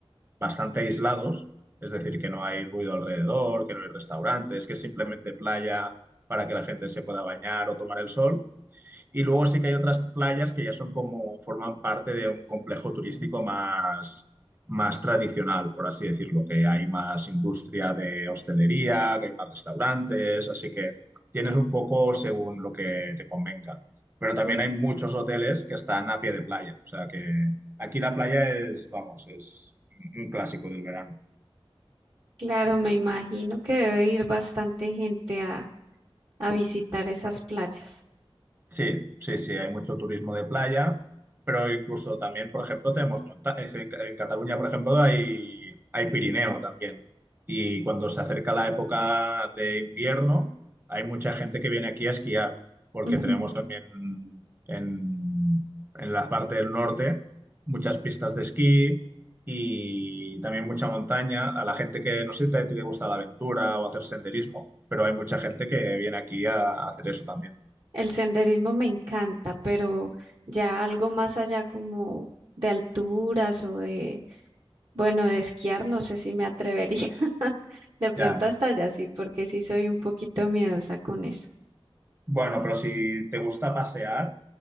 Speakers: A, on the right; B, on the right.
A: bastante aislados, es decir, que no hay ruido alrededor, que no hay restaurantes, que es simplemente playa para que la gente se pueda bañar o tomar el sol. Y luego sí que hay otras playas que ya son como, forman parte de un complejo turístico más, más tradicional, por así decirlo, que hay más industria de hostelería, que hay más restaurantes, así que tienes un poco según lo que te convenga. Pero también
B: Ah,
A: hay muchos hoteles que están a pie de playa, o sea que aquí la playa es, vamos, es un clásico del verano.
B: Claro, me imagino que debe ir bastante gente a, a visitar esas playas.
A: Sí, sí, sí, hay mucho turismo de playa, pero incluso también, por ejemplo, tenemos montañas. En, Ca- en Cataluña, por ejemplo, hay, hay Pirineo también. Y cuando se acerca la época de invierno, hay mucha gente que viene aquí a esquiar, porque
B: <laughs> Ujú.
A: tenemos también en, en la parte del norte muchas pistas de esquí y también mucha montaña. A la gente que, no sé si a ti te gusta la aventura o hacer senderismo, pero hay mucha gente que viene aquí a a hacer eso también.
B: El senderismo me encanta, pero ya algo más allá como de alturas o de, bueno, de esquiar, no sé si me atrevería. <laughs> De pronto
A: Ya,
B: hasta allá sí, porque sí soy un poquito miedosa con eso.
A: Bueno, pero si te gusta pasear